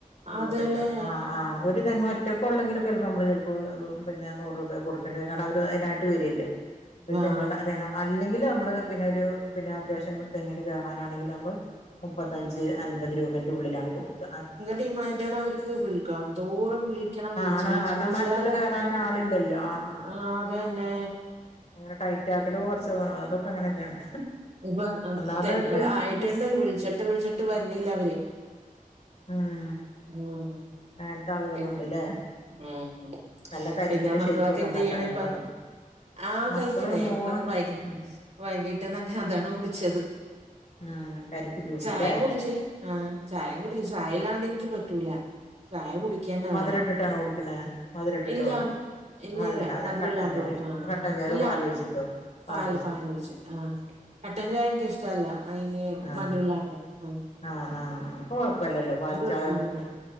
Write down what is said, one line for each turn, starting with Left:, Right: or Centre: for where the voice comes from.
Right: അതല്ലേ
Left: ഇവിടെള്ള ആ ആ ഒരു തെങ്ങറ്റ റ്റൊക്കെ ള്ളോങ്കിലൊക്കെ ചിലപ്പോൾ നമ്മള് ചിലപ്പോ പിന്നെ നൂറ് രൂപ കൊടുക്കേണ്ട കാരണം അവർ അതിനായിട്ട് വരില്ലേ ഒരു
Right: ആ
Left: തെങ്ങട തെ അല്ലെങ്കിലും നമ്മള് പിന്നെ ഒരു പിന്നെ അത്യാവശ്യം മ തെങ്ങനും കയറാനാണെങ്കിൽ നമ്മൾ മുപ്പത്തഞ്ച് അൻപത് രൂപേന്റു ള്ളിലാണ് കൊടുക്ക
Right: ഡിമാൻന്റാണ് അവർക്ക് വിൽക്കാംന്തോരം വി ണം വിളിച്ചു
Left: ആണ്
Right: വിളിച്ചു
Left: കാരണം
Right: വിളിച്ചാലാ
Left: മരത്തില് കയറാൻ ആളില്ലല്ലോ
Right: ആ അത് ന്നെ
Left: ങ്ങനെ ടൈറ്റാക്കലോ കുറച്ച് അതൊക്കെ അങ്ങനെയൊക്കെയാണ്
Right: പ്പം അഹ്
Left: ഒന്നാമതവർക്ക്
Right: തെങ്ങ് ആയ്ട്ട്ണ്ട്
Left: ബിസി
Right: വിൾച്ചിട്ട് വിൾച്ചിട്ട് വര്ണില്ല അവര്
Left: ഉം
Right: ഉം
Left: അങ്ങനത്തെ ആളുകളുണ്ട്ല്ലേ
Right: പിന്നെ ഉം
Left: നല്ല കരിക്കിന്റെ
Right: പിന്നെ മക്കളൊക്കെ
Left: ഷെയ്ക്ക് ഒക്കെ
Right: എന്ത്
Left: ഉണ്ടാക്കാലോ
Right: യ്യണ
Left: എനിക്ക്
Right: ഇപ്പ
Left: തോന്നുന്നു
Right: ആഹ്
Left: മക്കള്
Right: കഴിക്കതേ
Left: മോള്
Right: ഇപ്പത് വൈകി
Left: ഉം
Right: വൈകീട്ട് ങ്ങ അതാണ് കുടിച്ചത്
Left: ആഹ് കരിപ്പി ജ്യൂസ്ല്ലേ
Right: ചായം കുടിച്ച് ആ ചായം കുടിച്ച് ചായ ല്ലാണ്ട് ഇൻക്ക് പറ്റൂല ചായ കുടി ക്കെന്നെ
Left: മധുരം
Right: വേണം
Left: ഇട്ടിട്ടാണോ കുടിക്കണേ മധുരം ഇട്ടിട്ടോ
Right: ഇല്ല ഇല്ല
Left: മധുരം
Right: ഇല്ല
Left: ഇടാതെ
Right: മധുരല്ലാത്ത
Left: കട്ടൻ ചായ
Right: കുടി ആ
Left: കട്ടൻ ചായ അതോ
Right: ഇല്ലാ
Left: പാല് ഒഴിച്ചിട്ടോ
Right: പാൽ പാല്
Left: കുടിക്കും
Right: ഒഴിച്ച് ആഹ് കട്ടഞ്ചായ എൻക്ക് ഇഷ്ടല്ല അയ്
Left: ആഹ്
Right: മധുരല്ലാണ്ടേ ആഹ്
Left: ആഹ് ആഹ് ആ കൊഴപ്പല്ലല്ലോ പാൽ ചായ
Right: ഇട്ട
Left: കുടിക്ക്മ്പോ
Right: അങ്ങനെ